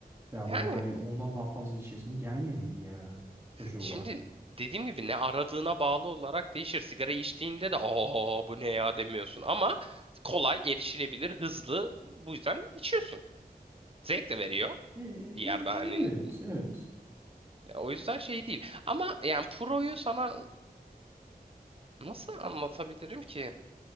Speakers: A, on the right (about 15°); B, on the right (about 35°).
A: Ya
B: Yani
A: böyle hani ondan daha fazla içesim gelmediydi yani özel
B: şimdi
A: olarak.
B: dediğim gibi ne aradığına bağlı olarak değişir. Sigara içtiğinde de aa bu ne ya demiyorsun ama kolay erişilebilir hızlı bu yüzden içiyorsun. Zevk de veriyor
A: E- e-
B: bir yerde
A: e-
B: hani
A: evet evet.
B: o yüzden şey değil. Ama yani Pro'yu sana Nasıl anlatabilirim ki?